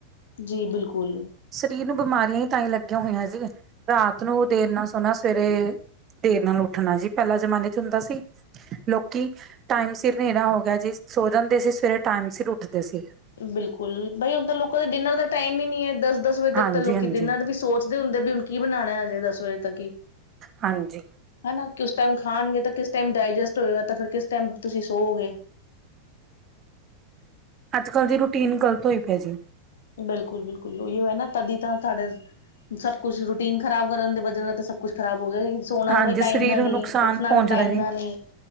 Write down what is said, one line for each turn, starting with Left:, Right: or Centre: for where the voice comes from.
Left: ਜੀ ਬਿਲਕੁਲ
Right: ਸਰੀਰ ਨੂੰ ਬਿਮਾਰੀਆਂ ਹੀ ਤਾਂ ਹੀ ਲੱਗੀਆਂ ਹੋਈਆਂ ਜੀ ਰਾਤ ਨੂੰ ਦੇਰ ਨਾ ਸੋਣਾ ਸਵੇਰੇ ਦੇਰ ਨਾਲ ਉੱਠਣਾ ਜੀ ਪਹਿਲਾਂ ਜਮਾਨੇ ਚ ਹੁੰਦਾ ਸੀ ਲੋਕ ਕਿ ਟਾਈਮ ਸਿਰ ਨੇਰਾ ਹੋ ਗਿਆ ਜੀ ਸੋ ਜਾਂਦੇ ਸੀ ਸਵੇਰੇ ਟਾਈਮ ਸਿਰ ਉੱਠਦੇ ਸੀ।
Left: ਬਿਲਕੁਲ ਬਾਈ ਹੁਣ ਤਾਂ ਲੋਕਾਂ ਦੇ ਡਿਨਰ ਦਾ ਟਾਈਮ ਹੀ ਨਹੀਂ ਹੈ ਦਸ ਦਸ ਵਜੇ ਤੱਕ
Right: ਹਾਂਜੀ
Left: ਤਾਂ ਲੋਕੀ
Right: ਹਾਂਜੀ
Left: ਡਿਨਰ ਵੀ ਸੋਚ ਹੁੰਦੇ ਬਿਨ ਕੀ ਬਣਾਣਾ ਅਜੇ ਦਸ ਵਜੇ ਤੱਕ ਹੀ
Right: ਹਾਂਜੀ
Left: ਹਨਾ ਕਿਸ ਟਾਈਮ ਖਾਣਗੇ ਤਾਂ ਕਿਸ ਟਾਈਮ ਡਾਇਜਸਟ ਹੋਏਗਾ ਤਾਂ ਫਿਰ ਕਿਸ ਟਾਈਮ ਤੁਸੀਂ ਸੋਗੇ
Right: ਅੱਜ ਕੱਲ ਦੀ ਰੂਟੀਨ ਗ਼ਲਤ ਹੋਈ ਪਏ ਜੀ
Left: ਬਿਲਕੁਲ ਬਿਲਕੁਲ ਉਹੀ ਹੈ ਨਾ ਤਦੀ ਤਾਂ ਸਾਡੇ ਸਭ ਕੁਛ ਰੂਟੀਨ ਖ਼ਰਾਬ ਕਰਨ ਦੇ ਵਜ੍ਹ ਨਾਲ ਤੇ ਸਭ ਕੁੱਛ ਖਰਾਬ ਹੋ ਗਿਆ ਸੋਨਾ
Right: ਹਾਂਜੀ
Left: ਦਾ ਵੀ
Right: ਸਰੀਰ
Left: ਟਾਈਮ ਨਾ
Right: ਨੂੰ
Left: ਨੀ
Right: ਨੁਕਸਾਨ
Left: ਉੱਠਣਾ
Right: ਪਹੁੰਚਦਾ
Left: ਵੀ ਟਾਈਮ
Right: ਜੀ
Left: ਨਾ ਨੀ